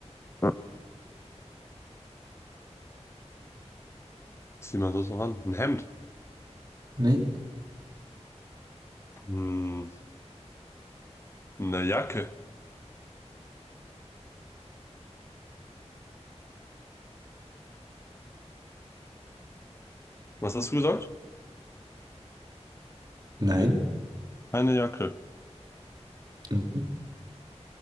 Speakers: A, on the left (about 20°); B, on the right (about 35°).
A: Was zieht man sonst noch an? Ein Hemd.
B: nee,
A: Hm. Eine Jacke. Was hast du gesagt?
B: nein.
A: Eine Jacke.
B: Mhm.